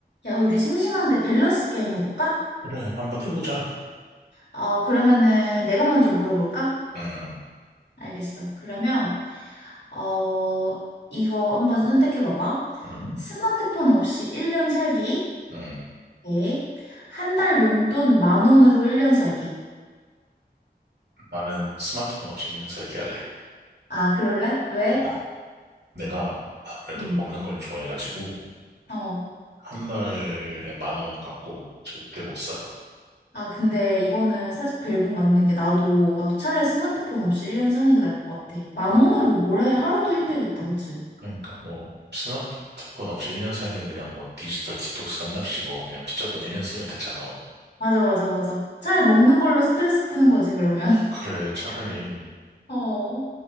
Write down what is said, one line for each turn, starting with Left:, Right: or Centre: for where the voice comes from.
Left: 야, 우리 심심한데 밸런스 게임 해볼까?
Right: 그래, 한번 해보자.
Left: 어, 그러면은 내가 먼저 물어볼까?
Right: 응,
Left: 알겠어. 그러면, 어, 이거 한번 선택해봐봐.
Right: 응, 응.
Left: 스마트폰 없이 1년 살기.
Right: 응.
Left: 네. 한 달 용돈 만 원으로 1년 살기.
Right: 나는 스마트폰 없이 1년 살기 할래.
Left: 아, 그럴래? 왜?
Right: 어, 내가 아무래도
Left: 음,
Right: 먹는 걸 좋아해가지고,
Left: 어.
Right: 한 달에 만 원 갖고 절대 못 살아.
Left: 아, 근데 이거는 살짝 벨붕 맞는 게 나도, 나도 차라리 스마트폰 없이 1년 사는 게 나을 것 같아. 만
Right: 어,
Left: 원으로 뭘 해? 하루도 힘들겠다, 그치?
Right: 그러니까 뭐, 스마트폰 없이 1년 살기는 그냥 뭐 디지털 디톡스 한답시고, 그냥 피자본 1년 쓰면 되잖아.
Left: 맞아, 맞아, 맞아. 차라리 먹는 걸로 스트레스 푸는 거지, 그러면. <laughs>
Right: 그래, 차라리
Left: 어,